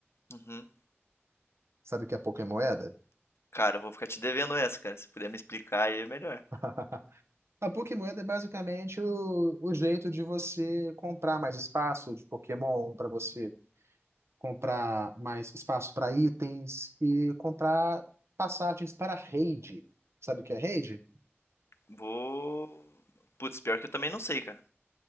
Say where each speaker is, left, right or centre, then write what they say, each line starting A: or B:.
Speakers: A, on the left; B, on the right.
A: Uhum.
B: Sabe o que é a Pokémoeda?
A: Cara, eu vou ficar te devendo essa, cara. Se puder me explicar aí é melhor.
B: <laughs> A Pokémoeda é basicamente o, o jeito de você comprar mais espaço de Pokémon, para você comprar mais espaço para itens e comprar passagens para raid. Sabe o que é raid?
A: Vou. Putz, pior que eu também não sei, cara.